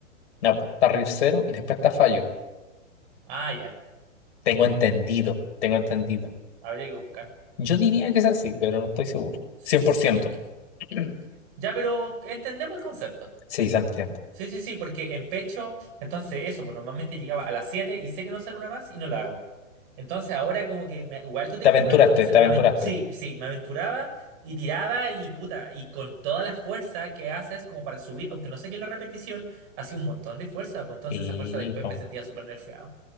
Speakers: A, on the left; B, on the right.
A: No, pues está RIR cero y después está fallo.
B: Ah, ya,
A: Tengo entendido, tengo entendido.
B: habría que buscar.
A: Yo diría que es así, pero no estoy seguro. cien
B: Es
A: por ciento
B: que-
A: <clears throat>
B: ya, pero entendemos el concepto.
A: Sí, se entiende.
B: Sí, sí, sí, porque en pecho, entonces eso, pues normalmente llegaba a las 7 y sé que no sale una más y no la hago. Entonces ahora como que me- igual tú te
A: Te aventuraste,
B: flipáis, pues entonces
A: te
B: me
A: aventuraste.
B: aven- sí, sí, me aventuraba y tiraba y puta, y con toda la fuerza que haces como para subir, aunque no saqué la repetición, hacía un montón de fuerza, pues entonces
A: Y,
B: esa fuerza después
A: po,
B: me sentía súper nerfeado.